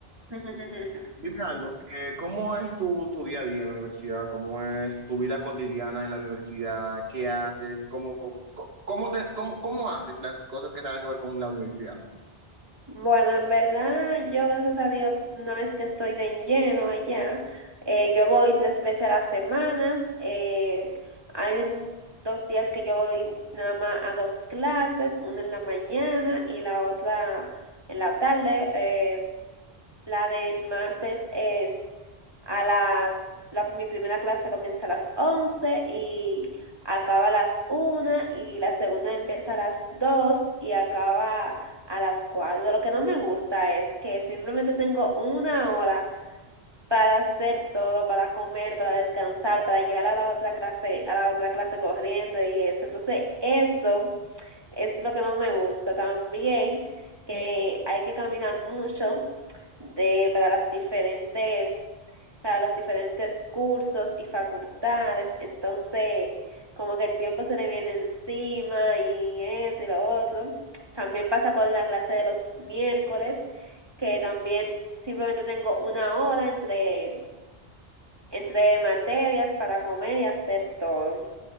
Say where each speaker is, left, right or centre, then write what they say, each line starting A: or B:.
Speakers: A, on the right; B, on the right.
A: <laughs>
B: Dime algo, eh, ¿cómo es tu, tu día a día en la universidad? ¿Cómo es tu vida cotidiana en la universidad? ¿Qué haces? ¿Cómo, co- co- cómo, te, cómo, cómo haces las cosas que tengan que ver con la universidad?
A: Bueno, en verdad, yo gracias a Dios no es que estoy de en lleno allá. Eh, yo voy tres veces a la semana. Eh, hay un- dos días que yo voy nada más a dos clases, una en la mañana y la otra en la tarde. Eh, la del martes es a las, la- mi primera clase comienza a las 11 y acaba a las una y la segunda empieza a las 2 y acaba a las cuatro Lo que no me gusta es que simplemente tengo una hora para hacer todo, para comer, para descansar, para llegar a la otra clase, a la otra clase corriendo y eso. Entonces, eso es lo que no me gusta. También que hay que caminar mucho de para las diferentes o sea, los diferentes cursos y facultades, entonces como que el tiempo se le viene encima y esto y lo otro. También pasa con la clase de los miércoles, que también simplemente tengo una hora entre, entre materias para comer y hacer todo.